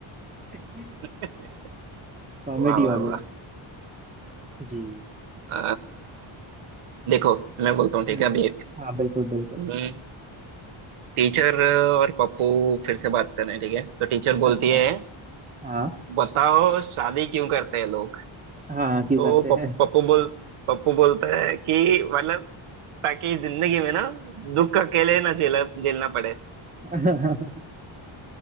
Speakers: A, on the right; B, on the right.
A: <laughs>
B: <laughs>
A: कॉमेडी
B: वाह वाह
A: हो गया
B: वाह
A: जी
B: अ, देखो मैं
A: अब-
B: बोलता हूँ ठीक
A: हम्म,
B: है अभी एक
A: हाँ बिल्कुल बिल्कुल
B: हम्म, टीचर और पप्पू फिर से बात कर रहे हैं ठीक है तो टीचर बोलती
A: अच्छा
B: है
A: हाँ
B: बताओ शादी क्यों करते हैं लोग
A: हाँ क्यों
B: तो
A: करते
B: पप-
A: हैं
B: पप्पू बोल पप्पू बोलते हैं कि मतलब ताकि इस जिंदगी में ना दुख अकेले ना झेला झेलना पड़े
A: हाँ <laughs>